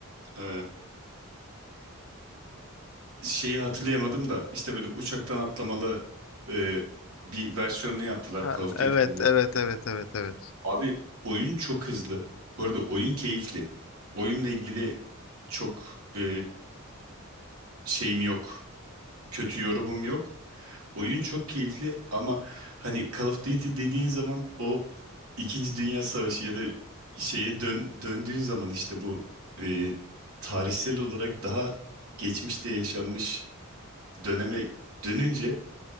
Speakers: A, on the right (about 85°); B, on the left (about 70°).
A: E, şeyi hatırlayamadım da işte böyle uçaktan atlamalı e, bir versiyonunu yaptılar
B: Ha,
A: Call of
B: evet,
A: Duty'nin mesela.
B: evet, evet, evet, evet.
A: Abi oyun çok hızlı. Bu arada oyun keyifli. Oyunla ilgili
B: Hı hı.
A: çok e, şeyim yok. Kötü yorumum yok. Oyun çok keyifli ama hani Call of Duty dediğin zaman o İkinci Dünya Savaşı ya da şeye dön, döndüğün zaman işte bu e, tarihsel olarak daha geçmişte yaşanmış döneme dönünce